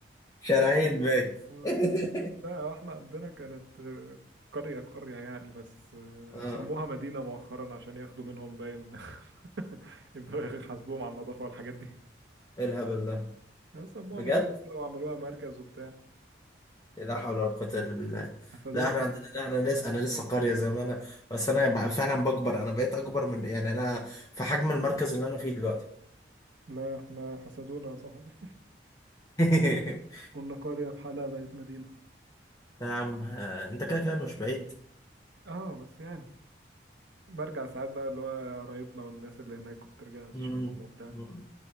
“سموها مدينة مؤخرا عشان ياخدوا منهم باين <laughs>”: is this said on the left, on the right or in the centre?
Right